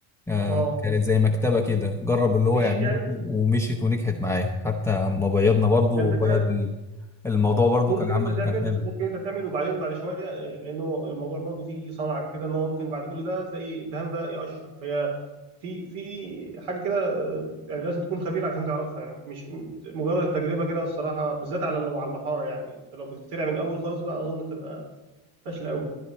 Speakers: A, in the centre; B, on the right.
A: آه،
B: اه
A: كانت زي مكتبه كده جرب اللي هو
B: مشيت
A: يعمله
B: يعني
A: ومشيت ونجحت معاه حتى اما بيضنا برضه
B: هي
A: وبيض
B: الفكره
A: الموضوع برضه
B: ممكن
A: كان عمل
B: انت تعمل
A: كان حلو
B: ممكن انت تعمل وبعدين بعد شويه آه، لانه الموضوع برضو فيه صنعه كده ان هو ممكن بعد كل ده تلاقي الدهان بدا يقشر فهي في في حاجه كده آه، يعني لازم تكون خبير عشان تعرفها يعني مش م- مجرد التجربه كده الصراحه بالذات على لو على المحاره يعني انت لو بتخترع من الاول خالص بقى اظن تبقى فاشله قوي